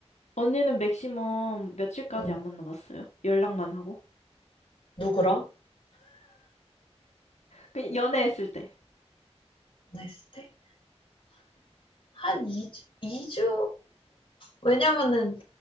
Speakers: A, on the left; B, on the left.
A: 언니는 맥시멈 며칠까지
B: 응.
A: 안 만나봤어요? 연락만 하고?
B: 누구랑?
A: 그, 연애했을 때.
B: 했을 때? 한 2주, 이주 왜냐면은,